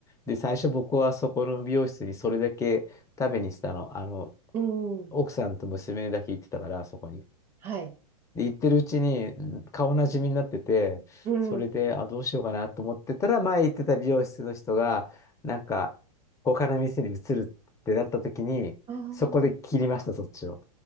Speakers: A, on the left (about 15°); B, on the right (about 30°).
A: で、最初僕はそこの美容室にそれだけ食べにしたの。あの、
B: うん。
A: 奥さんと娘だけ行ってたから、そこに。
B: はい。
A: で、行ってるうちにうん顔なじみになってて、
B: うん。
A: それで、あ、どうしようかなと思ってたら、前行ってた美容室の人が、なんか、他の店に移るってなった時に、
B: ああ。
A: そこで切りました、そっちを。